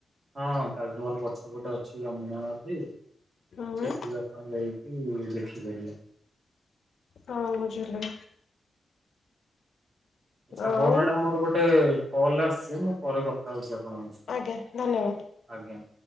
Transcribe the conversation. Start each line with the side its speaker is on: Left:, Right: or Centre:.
Right: ହଁ ତାଜମହଲ ପଛ ପଟେ ଅଛି ଯମୁନା ନଦୀ
Left: ହୁଁ
Right: ସେଠି <unintelligible> <unintelligible> ଯାଇକି ଦେଖିପାରିବେ।
Left: ହଁ ବୁଝିଲି।
Right: ଆଚ୍ଛା
Left: ଆଉ
Right: ହଉ ମ୍ୟାଡ଼ମ ମୋର ଗୋଟେ କଲ ଆସୁଛି ମୁଁ ପରେ କଥା ହଉଛି ଆପଣଙ୍କ ସ
Left: ଆଜ୍ଞା ଧନ୍ୟବାଦ।
Right: ଆଜ୍ଞା।